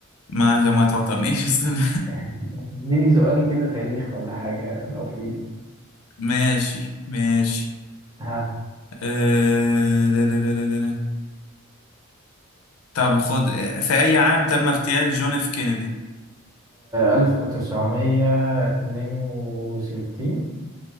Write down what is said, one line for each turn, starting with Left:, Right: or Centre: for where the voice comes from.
Left: ما عشان ما توترنيش <laughs> استنى
Right: <laughs> اديني سؤال كده تاريخ ولا حاجة لو في
Left: ماشي ماشي
Right: ها
Left: أه... ده ده ده ده ده. ده. طب خد في اي عام تم اغتيال جون اف كينيدي
Right: ألف تسعمية اتنين وستين